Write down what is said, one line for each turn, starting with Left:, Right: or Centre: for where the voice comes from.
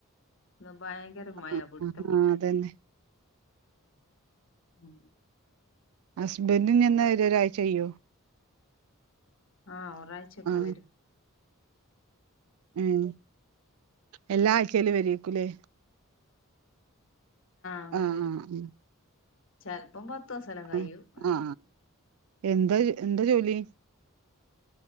Left: ഇന്ന് ഭയങ്കര മയ
Right: ആ
Left: പിടുത്തംപിട്ടു
Right: ആ ആ അതന്നെ
Left: ഉ
Right: ഹസ്ബെന്റിനിനി എന്നാ വരിക ഒരാഴ്ച കയിയോ
Left: ആ ഒരാഴ്ചൊക്കെ
Right: ആ
Left: വരും
Right: ഉം എല്ലാ ആഴ്ച്ചേലും വരീക്കൂലേ
Left: അങ്ങനെ
Right: ആ
Left: വരും
Right: ആ ഉ
Left: ചെലപ്പം പത്ത് ദിവസെല്ലാം കഴിയും
Right: ആ
Left: അങ്ങനെ
Right: ആ എന്താ എന്താ ജോലി